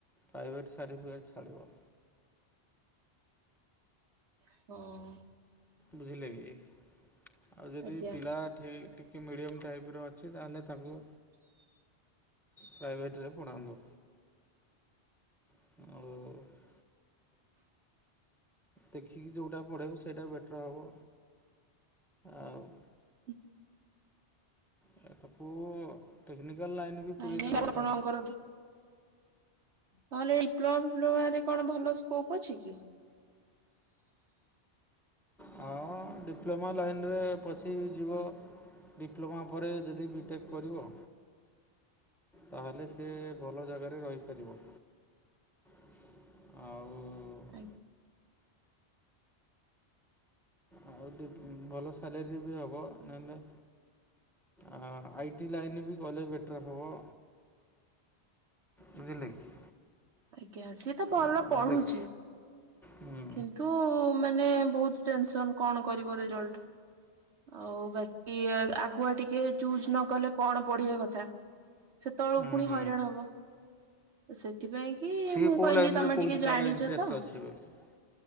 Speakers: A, in the centre; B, on the right.
A: ପ୍ରାଇଭେଟ୍ ସାର୍ଟିଫିକେଟ୍ ଛାଡ଼ିବ।
B: ହଉ।
A: ବୁଝିଲେ କି? ଆଉ ଯଦି
B: ଆଜ୍ଞା।
A: ପିଲା ସେଇ ଟିକେ ମିଡିୟମ ଟାଇପର ଅଛି, ତାହେଲେ ତାକୁ ପ୍ରାଇଭେଟରେ ପଢ଼ାନ୍ତୁ। ଆଉ ଦେଖିକି ଯୋଉଟା ପଢ଼େଇବେ ସେଇଟା ବେଟର୍ ହବ, ଆଉ
B: ଉଁ
A: ଆରେ ତାକୁ ଟେକ୍ନିକାଲ ଲାଇନ୍ ବି ପୁରଇଲେ
B: ନାଇଁ ନାଇଁ
A: ବେଟର୍
B: ଆପଣଙ୍କର
A: ହେବ।
B: ନହେଲେ ଡିପ୍ଲୋମା ଫିପ୍ଲୋମାରେ କଣ ଭଲ ସ୍କୋପ ଅଛି କି?
A: ହଁ, ଡିପ୍ଲୋମା ଲାଇନରେ ପଶିଯିବ ଡିପ୍ଲୋମା ପରେ ଯେଦି ବି ଟେକ୍ କରିବ ତାହେଲେ ସେ ଭଲ ଜାଗାରେ ରହିପାରିବ। ଆଉ
B: ଆଗ୍
A: ଆଉ ଟିକ ଭଲ ସାଲେରୀ ବି ହେବ, ନହେନେ ଆ ଆଇ ଟି ଲାଇନ୍ ବି ଗଲେ ବେଟର୍ ହବ ବୁଝିଲେ କି?
B: ଆଜ୍ଞା। ସିଏ ତ ଭଲ
A: ଆଉ
B: ପଢୁଛି,
A: ଦେଖ ହୁଁ
B: କିନ୍ତୁ ନ୍ତୁ ମାନେ ବହୁତ ଟେନସନ କଣ କରିବ ରେଜଲ୍ଟ? ଆଉ ବାକି ଆ-ଆଗୁଆ ଟିକେ ଚୁଜ୍ ନ କଲେ କଣ ପଢିବା କଥା ସେତେବେଳକୁ
A: ହୁଁ
B: ପୁଣି
A: ହୁଁ
B: ହଇରାଣ ହବ। ତ ସେଥିପାଇଁ ଇଁକି
A: ସିଏ
B: ମୁଁ
A: କୋଉ
B: କହିଲି
A: ଲାଇନରେ
B: ତମେ
A: କହୁଛି
B: ଟିକେ ଜାଣିଚ
A: ତାର ଇଣ୍ଟରେଷ୍ଟ
B: ତ
A: ଅଛି ବୋଲି